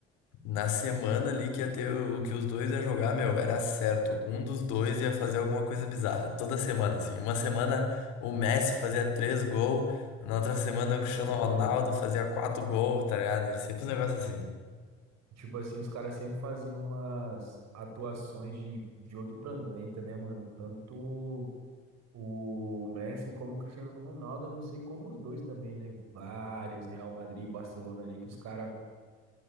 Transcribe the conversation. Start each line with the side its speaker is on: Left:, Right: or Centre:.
Left: Na semana ali que ia ter o que os dois ia jogar, meu, era certo. Um dos dois ia fazer alguma coisa bizarra. Toda semana, assim. Uma semana o Messi fazia três gols, na outra semana o
Right: Com
Left: Cristiano
Right: certeza.
Left: Ronaldo fazia quatro gols, tá ligado? Era sempre um negócio assim.
Right: Tipo assim, os caras sempre faziam umas atuações de, de outro planeta, né, mano? Tanto o Messi como o Cristiano Ronaldo, eu não sei como os dois também, né? Vários, Real Madrid e Barcelona ali, que os caras